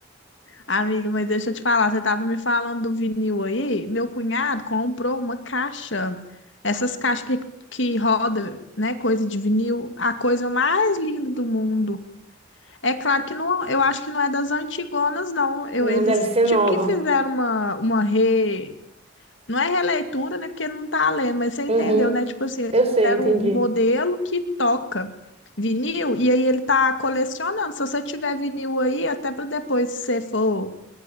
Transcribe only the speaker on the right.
Não,
deve ser
nova.
Uhum,
eu sei,
entendi.